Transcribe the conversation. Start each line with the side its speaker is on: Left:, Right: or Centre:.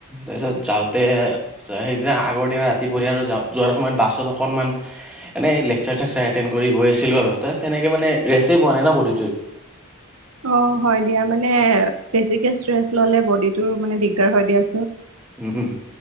Centre: তাৰপাছত যাওঁতে <unintelligible> সেইদিনা আগৰ দিনা ৰাতি পৰিয়া আৰু যাৱ যোৱাৰ সময়ত বাছত অকনমান এনেই লেকচাৰ চেকচাৰ এটেণ্ড কৰি গৈ আছিলো আৰু তাত তেনেকে মানে ৰেছেই পোৱা নাই ন বডিটোৱে।
Right: অ হয় দিয়া মানে বেছিকে চেষ্ট ললে বডিটো মানে দিগদাৰ হয় দিয়ান
Centre: উম হুম